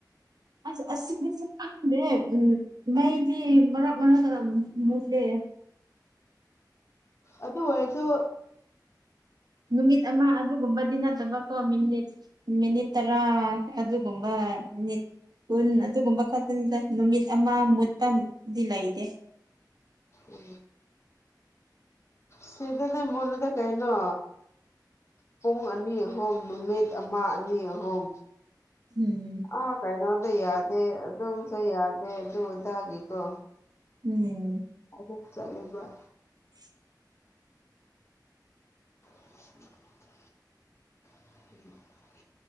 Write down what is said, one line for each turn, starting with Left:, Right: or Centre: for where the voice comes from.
Right: ꯑꯁ ꯑꯁ ꯈꯪꯗꯦ ꯎꯝ ꯃꯩꯗꯤ ꯃꯔꯛ ꯃꯔꯛ ꯃꯨꯠꯂꯦ
Left: ꯑꯗꯨ ꯑꯣꯏꯁꯨ
Right: ꯅꯨꯃꯤꯠ ꯑꯃ ꯑꯗꯨꯒꯨꯝꯕꯗꯤ ꯅꯠꯇꯕ ꯀ ꯃꯤꯅꯤꯠ ꯃꯤꯅꯤꯠ ꯇꯔꯥ ꯑꯗꯨꯒꯨꯝꯕ ꯃꯤꯅꯤꯠ ꯀꯨꯟ ꯑꯗꯨꯒꯨꯝꯕ ꯈꯛꯇꯅꯤꯗ ꯅꯨꯃꯤꯠ ꯑꯃ ꯃꯨꯠꯄꯗꯤ ꯂꯩꯇꯦ
Left: ꯎ ꯁꯤꯗꯗꯤ ꯃꯨꯠꯂꯤꯗꯥ ꯀꯩꯅꯣ ꯄꯨꯡ ꯑꯅꯤ ꯑꯍꯨꯝ ꯅꯨꯃꯤꯠ ꯑꯃ ꯑꯅꯤ ꯑꯍꯨꯝ
Right: ꯎꯝ
Left: ꯑ ꯀꯥꯏꯅꯣꯗ ꯌꯥꯗꯦ ꯑꯗꯨꯝꯁꯨ ꯌꯥꯗꯦ ꯑꯗꯨꯗꯒꯤꯀꯣ
Right: ꯎꯝ
Left: ꯑꯗꯨ ꯆꯂꯦ ꯚꯏ
Right: <inaudible>
Left: <inaudible> <inaudible>